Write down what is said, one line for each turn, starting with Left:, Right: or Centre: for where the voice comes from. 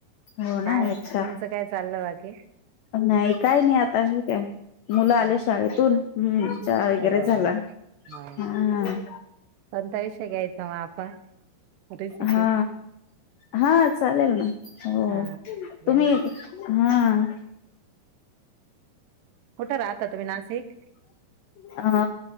Left: हो
Right: काय
Left: ना अच्छा
Right: तुमचं काय चाललं बाकी.
Left: नाही काही नाही आता हे काय मुलं
Right: हा,
Left: आले शाळेतून. हम्म चहा वगैरे
Right: हो.
Left: झाला
Right: हा
Left: हम-
Right: कोणता विषय घ्यायचा मग आपण, रेसिपी
Left: हा हा चालेल ना हो
Right: हा. या
Left: तुम्ही हा-
Right: कुठं राहता तुम्ही नाशिक?
Left: अ